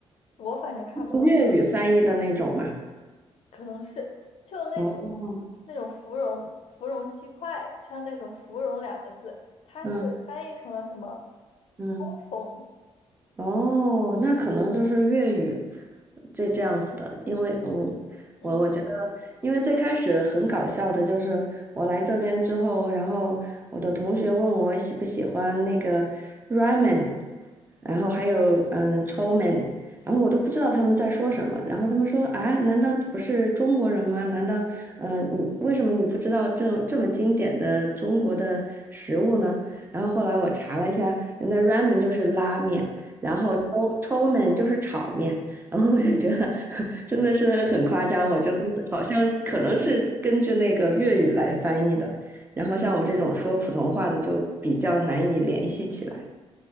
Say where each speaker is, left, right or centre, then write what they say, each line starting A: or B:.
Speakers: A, on the left; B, on the right.
A: 我反正看不懂，
B: 哦粤语翻译的那种吗？
A: 可能是就那种那种芙蓉芙蓉鸡块，
B: 哦哦
A: 像那种芙蓉两个字，它是翻译成了什么
B: 嗯嗯。
A: 烘缝，
B: 哦，那可能就是粤语这这样子的，因为嗯，
A: 嗯
B: 我我觉得，因为最开始很搞笑的就是我来这边之后，然后我的同学问我喜不喜欢那个 ramen，然后还有嗯 c h o m e n 然后我都不知道他们在说什么，然后他们说啊，难道你不是中国人吗？难道嗯、呃你为什么你不知道这这么经典的中国的食物呢？然后后来我查了一下，原来 ramen 就是拉面。然后抽抽们就是炒面，然后我就觉得 <laughs> 真的是很夸张，我觉得好像可能是根据那个粤语来翻译的，然后像我们这种说普通话的就比较难以联系起来。